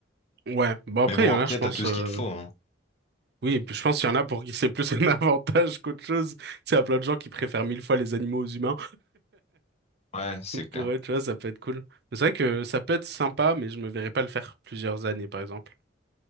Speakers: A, on the right; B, on the left.
A: Ouais. Bon, après,
B: Mais bon,
A: il y en
B: après,
A: a, je pense...
B: t'as tout
A: euh,
B: ce qu'il te faut. hein.
A: Oui, puis je pense qu'il y en a pour qui c'est plus un <laughs> avantage qu'autre chose. C'est à plein de gens qui préfèrent mille fois les animaux aux humains.
B: Ouais, c'est
A: Donc pour
B: clair.
A: eux, tu vois, ça peut être cool. Mais C'est vrai que ça peut être sympa, mais je me verrais pas le faire plusieurs années, par exemple.